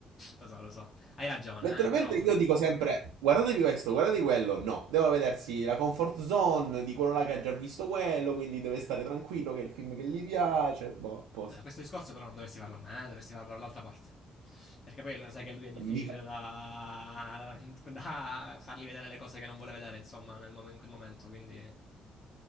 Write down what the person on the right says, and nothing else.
letteralmente
io dico sempre, guardatevi questo, guardate quello, no, devo vedersi la comfort zone di quello là che ha già visto quello, quindi deve stare tranquillo che è il film che gli piace, boh, a posto.
Mica-